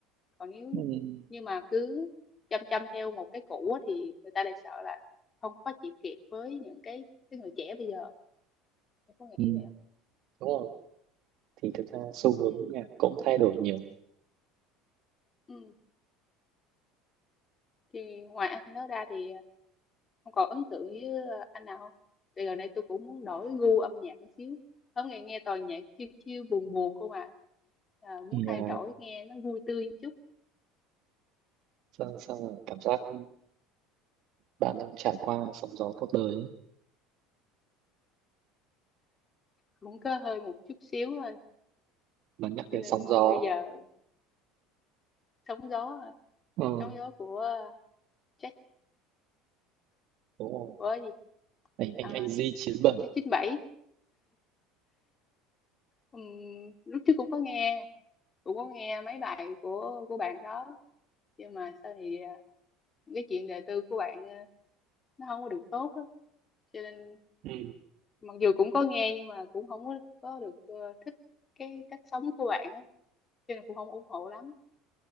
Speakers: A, on the left (about 30°); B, on the right (about 60°).
A: còn nếu
B: ừm,
A: nhưng mà cứ chăm chăm theo một cái cũ á, thì người ta lại sợ là không có phát triển kịp với những cái cái người trẻ bây giờ em có
B: ừm.
A: nghĩ vậy không
B: đúng không thì thực ra xu hướng
A: ừ
B: nhạc cũng thay đổi nhiều
A: ừ Thì ngoài anh đó ra thì không còn ấn tượng với ờ, anh nào không? Thì gần đây tôi cũng muốn đổi gu âm nhạc một xíu. Hôm nay nghe toàn nhạc chill chill buồn buồn không à. à. Muốn
B: thì
A: thay
B: à,
A: đổi nghe nó vui tươi một chút,
B: sao, sao mà cảm giác bạn đang trải qua sóng gió cuộc đời ấy.
A: cũng có hơi một chút xíu thôi.
B: mà nhắc
A: Cho
B: đến
A: nên
B: sóng gió
A: bây giờ sóng gió,
B: ừ,
A: sóng gió của Jack
B: đúng rồi
A: của gì?
B: anh
A: À,
B: anh anh Di 97
A: Jack chín bảy Ừm, lúc trước cũng có nghe cũng có nghe mấy bài của của bạn đó nhưng mà sau thì à, cái chuyện đời tư của bạn à, nó không có được tốt á. cho nên
B: ừ,
A: mặc dù cũng có nghe nhưng mà cũng không có, có được ờ, thích cái cách sống của bạn á cho nên cũng không ủng hộ lắm